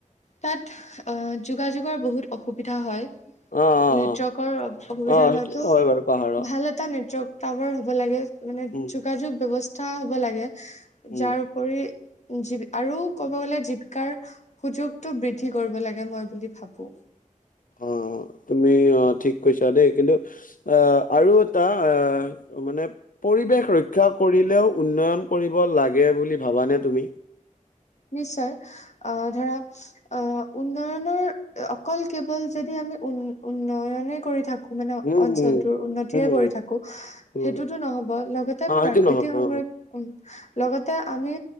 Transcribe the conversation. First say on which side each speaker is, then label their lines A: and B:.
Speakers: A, on the left (about 55°); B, on the left (about 85°).
A: তাত অ যোগাযোগৰ বহুত অসুবিধা হয়।
B: অ অ
A: নেটৱৰ্কৰ
B: অ
A: অসুবিধা
B: অ
A: হয়তো,
B: সেইটোতো হয় বাৰু পাহাৰত
A: ভাল এটা নেটৱৰ্ক টাৱাৰ হ'ব লাগে মানে
B: উম
A: যোগাযোগ ব্যৱস্থা হ'ব লাগে
B: উম
A: যাৰ উপৰি জীৱিকাৰ আৰু ক'ব গ'লে জীৱিকাৰ সুযোগটো বৃদ্ধি কৰিব লাগে মই বুলি ভাবো।
B: অ। তুমি ঠিক কৈছা দেই, কিন্তু আৰু এটা মানে পৰিৱেশ পৰিৱেশ ৰক্ষা কৰিলেও উন্নয়ন কৰিব লাগে বুলি ভাবানে তুমি?
A: নিশ্চয়, আহ ধৰা অ উন্নয়নৰ অকল কেৱল যদি - আমি উ উন্নয়নে কৰি থাকো মানে
B: উম
A: অঞ্চলটোৰ
B: উম
A: উন্নতিয়ে
B: উম
A: কৰি থাকো
B: উম
A: সেইটোতো নহ'ব লগতে
B: অ সেইটো
A: প্ৰাকৃতিক
B: নহয়
A: সংৰক্ষণ
B: অ
A: উন্নয়ন লগতে আমি